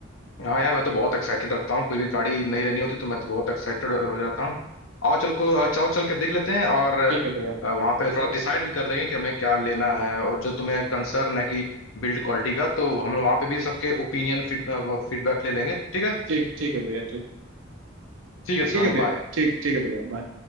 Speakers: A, on the left (about 85°); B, on the right (about 75°).
A: हाँ यार मैं तो बहुत एक्साइटेड रहता हूँ कोई भी गाड़ी नई लेनी होती तो मैं तो बहुत एक्साइटेड हो जाता हूँ आओ चल को चाओ चल के देख लेते हैं और अ,
B: ठीक है भैया
A: वहाँ पे थोड़ा डिसाइड भी कर लेंगे कि हमें क्या लेना है और जो तुम्हें कंसर्न है कि बिल्ड क्वालिटी का तो हम वहाँ पे भी सबके ओपिनियन फीडबैक ले लेंगे ठीक है
B: ठीक ठीक है भैया ठीक
A: ठीक है शिवांग
B: ठीक है भैया
A: बाय
B: ठीक ठीक है भैया बाय